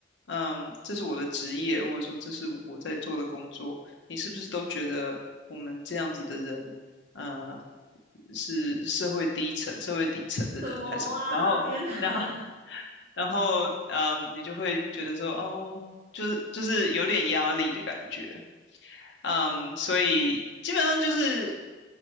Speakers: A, on the left; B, on the right.
A: 嗯，这是我的职业，或者说这是我在做的工作，你是不是都觉得我们这样子的人，呃，是社会低层、社会底层的人还是什么？
B: 什么啊！
A: 然后，
B: 天哪！<laughs>
A: 然后。然后，嗯，你就会觉得说，哦，就是就是有点压力的感觉。嗯，所以基本上就是